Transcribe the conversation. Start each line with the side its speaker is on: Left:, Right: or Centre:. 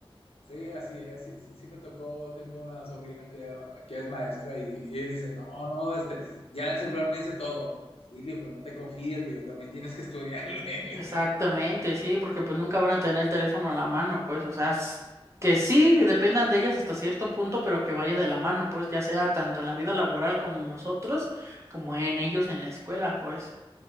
Left: Sí, así es, sí, sí- sí me tocó, tengo una sobrina que, que es maestra y, y ella dice, no, no, este, ya el celular me dice todo. Sí, le digo, pues no te confíes, le digo, también tienes que estudiarle. <laughs> le
Right: Exactamente,
Left: digo.
Right: sí, porque pues nunca van a tener el teléfono a la mano, pues, o sea, s- que sí dependan de ellas hasta cierto punto, pero que vaya de la mano, pues, ya sea tanto en la vida laboral con nosotros como en ellos en la escuela, pues.